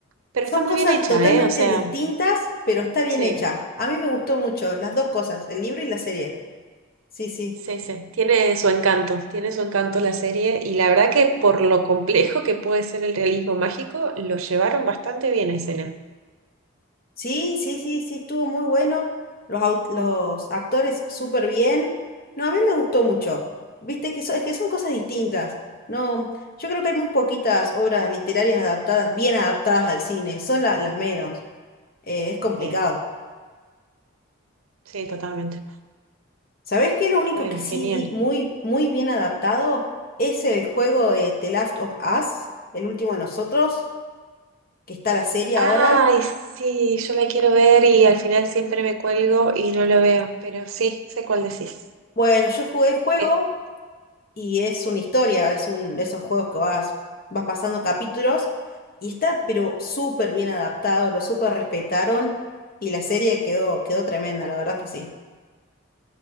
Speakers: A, on the right; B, on the left.
A: pero
B: son
A: está muy
B: cosas
A: bien hecha,
B: totalmente
A: ¿eh? O sea,
B: distintas, pero está bien
A: sí,
B: hecha. A mí me gustó mucho las
A: Ujú.
B: dos cosas, el libro y la serie. Sí, sí.
A: sí, sí, tiene su encanto, tiene su encanto la serie y la verdad que por lo complejo que puede ser el realismo mágico, lo llevaron bastante bien a escena.
B: Sí, sí, sí, sí, estuvo muy bueno. Los, au- los actores súper bien. No, a mí me gustó
A: Mm.
B: mucho. Viste que, so- es que son cosas distintas. No, yo creo que hay muy poquitas obras literarias adaptadas, bien adaptadas al cine. Son la- las menos. Eh, es complicado.
A: Sí, sí, totalmente.
B: ¿Sabés qué? Lo único
A: Bueno,
B: que sí
A: genial.
B: vi muy, muy bien adaptado es el juego de
A: Mm.
B: The Last of Us, el último de nosotros, que está la serie
A: Ay,
B: ahora.
A: sí, yo la quiero ver y al final siempre me cuelgo y no lo veo, pero sí, sé cuál decís.
B: Bueno, yo jugué el juego.
A: ¿Qué?
B: y es una historia, es un de esos juegos que vas, vas pasando capítulos y está pero súper bien adaptado, lo súper respetaron y la serie quedó, quedó tremenda, la verdad que sí.